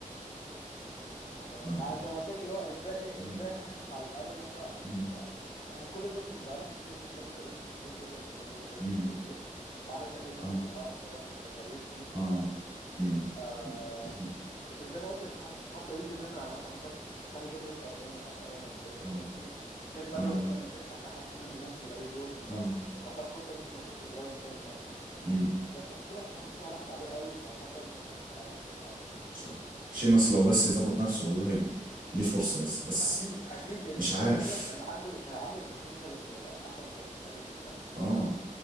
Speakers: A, on the left; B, on the right.
A: دي الفكرة صراحة يعني
B: اه
A: عايز- زي ما قلت لك اللي هو الباقي
B: مم.
A: الباقي حاسس على الأقل ان هم
B: مم.
A: يعني هم كل دول بقالهم كتير جدا كاريرهم كبير جدا في الدبليو دبليو
B: مم.
A: اي كلهم ما عدا سامي زين
B: اه
A: يمكن اقصر واحد ككارير فيهم
B: اه
A: يعني
B: مم.
A: آه،
B: مم.
A: لكن زي ما قلت اللي حاسه حتى يجي منه يعني مثلا قلت لك سامي زين لسه قدامه احنا قلنا ان لسه
B: اه
A: قدامه كتير فين بالور
B: اه
A: قلنا ان لسه احنا حاسين انه ممكن يبقى ليه دور لو
B: اه
A: لو خد فرصه ممكن يخش برايم تاني اصلا
B: مم.
A: لكن شيماس حاسسها راحت عليه قوي صراحه فمش عارف الصراحه
B: صح شيمس لو بس يظبط نفسه والله يا ابني ليه فرصة لسه بس
A: اكيد اكيد لان
B: مش عارف
A: شيماس كان عنده كان عنده البوتنشال انه يبقى من احسن مصارعين في التاريخ اصلا
B: اه